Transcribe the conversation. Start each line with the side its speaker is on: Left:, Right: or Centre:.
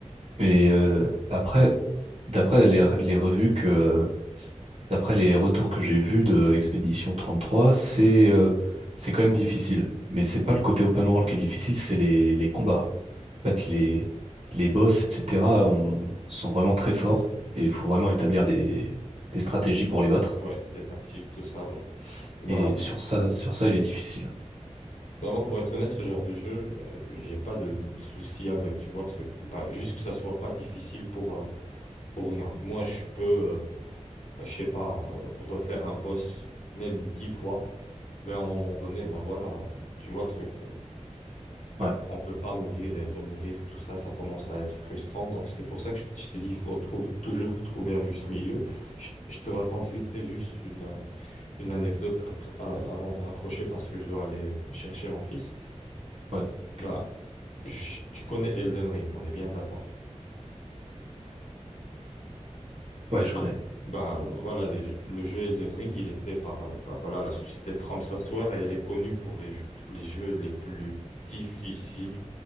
Right: mais euh, après, d'après les, les revues que, d'après les retours que j'ai vus de Expédition 33, c'est euh, c'est quand même difficile. Mais c'est pas le côté open world qui est difficile, c'est les, les combats. En fait, les, les boss, etc., on, sont vraiment très forts et il faut vraiment établir des, des stratégies
Left: Des,
Right: pour les
Left: des-
Right: battre.
Left: ouais, des tactiques, tout ça. Ouais. Bah,
Right: Et sur ça, sur ça, il est difficile.
Left: bah, moi, pour être honnête, ce genre de jeu, euh, j'ai pas de, de soucis avec, tu vois, le truc. Bah, juste que ça soit pas difficile pour, euh, pour rien. Moi, je peux. euh, bah, je sais pas, euh, refaire un boss, même dix fois, mais à un moment donné, bah voilà, euh, tu vois le truc. euh,
Right: Ouais,
Left: On peut pas mourir et remourir, tout ça, ça commence à être frustrant. Donc c'est pour ça que je, je t'ai dit, il faut trouver, toujours trouver un juste milieu. Je, je te raconte vite fait juste une, euh, une anecdote après, euh, avant de raccrocher parce que je dois aller euh, chercher mon fils.
Right: ouais,
Left: Bah,
Right: ok.
Left: je- tu connais Elden Ring, on est bien d'accord.
Right: Ouais, je
Left: Le,
Right: connais.
Left: bah, euh, voilà, les jeux- le jeu Elden Ring, il est fait par euh, bah, voilà, la société From Software et elle est connue pour les jeux, les jeux les plus difficiles